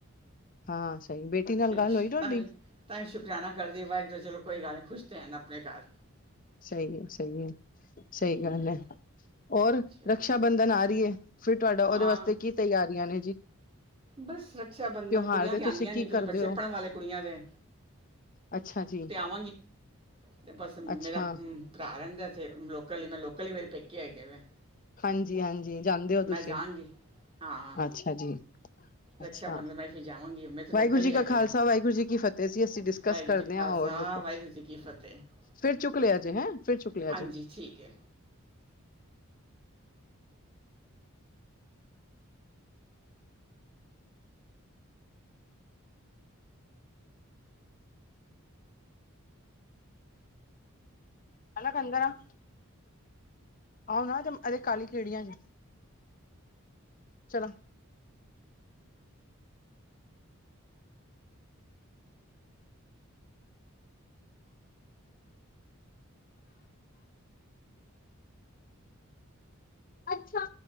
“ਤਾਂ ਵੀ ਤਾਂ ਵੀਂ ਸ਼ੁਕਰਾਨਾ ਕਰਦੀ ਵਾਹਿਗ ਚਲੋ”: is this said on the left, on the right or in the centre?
Right